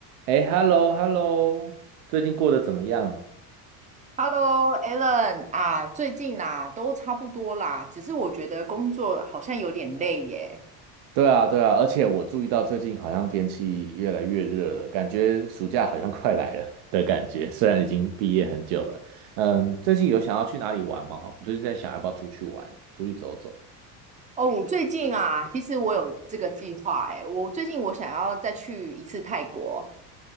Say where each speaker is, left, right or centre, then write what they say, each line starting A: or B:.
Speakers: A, on the right (about 70°); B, on the right (about 15°).
A: 哎，hello，hello，最近过得怎么样？
B: Hello，Alan 啊，最近啦、都差不多啦，只是我觉得工作好像有点累耶。
A: 对啊，对啊，而且我注意到最近好像天气越来越热了，感觉暑假好像快来了的感觉。虽然已经毕业很久了，嗯，最近有想要去哪里玩吗？我最近在想要不要出去玩，出去走走。
B: 哦，我最近啊，其实我有这个计划哎，我最近我想要再去一次泰国，